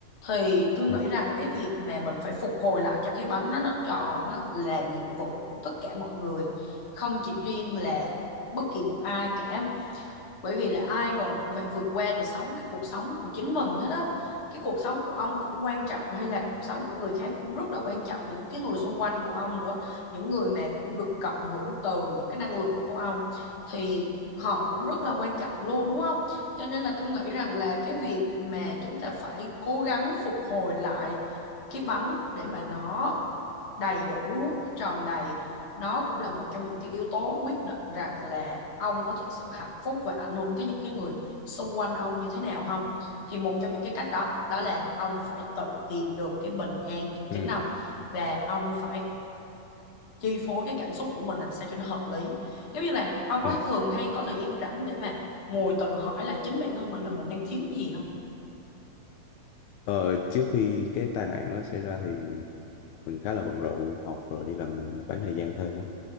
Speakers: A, on the left (about 60°); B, on the left (about 80°).
A: thì tôi nghĩ
B: bạn
A: rằng cái việc mà mình phải phục hồi lại cho cái bánh đó nó tròn á, là nhiệm vụ của tất cả mọi người không chỉ riêng là bất kỳ một ai cả bởi vì là ai rồi cũng phải vượt qua để sống cái cuộc sống của chính mình hết á cái cuộc sống của ông cũng quan trọng hay là cuộc sống của người khác cũng rất là quan trọng và những cái người xung quanh của ông nữa những người mà cũng được cộng hưởng từ những cái năng lượng của ông thì họ cũng rất là quan trọng luôn đúng không cho nên là tôi nghĩ rằng là cái việc mà chúng ta phải cố gắng phục hồi lại cái bánh để mà nó đầy đủ nó tròn đầy nó cũng là một trong những cái yếu tố quyết định rằng là ông có thực sự hạnh phúc và ảnh hưởng tới những cái người xung quanh ông như thế nào không thì một trong những cái cách đó đó là ông phải tự tìm được cái bình an trong chính
B: Ừ,
A: ông và ông phải chi phối cái cảm xúc của mình làm sao cho nó hợp lý giống như là ông
B: ừ.
A: có thường hay có thời gian rảnh để mà ngồi tự hỏi lại chính bản thân mình là mình đang thiếu cái gì không
B: Ờ, trước khi cái tai nạn nó xảy ra thì mình khá là bận rộn học rồi đi làm bán thời gian thôi đó.